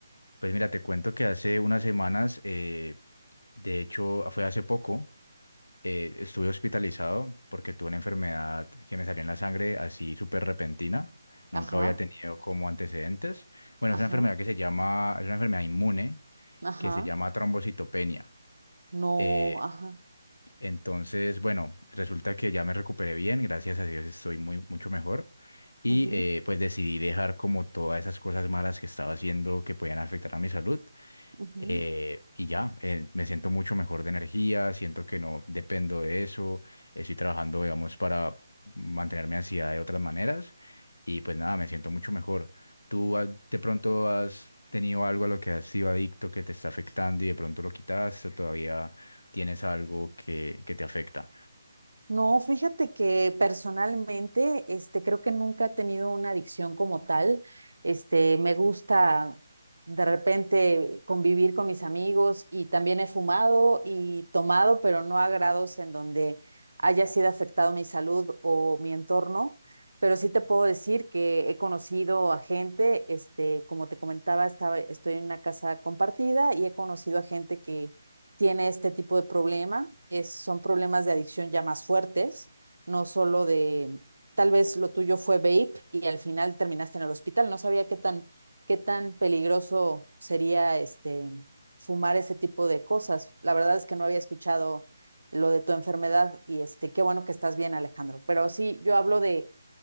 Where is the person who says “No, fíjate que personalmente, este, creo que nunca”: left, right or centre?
Right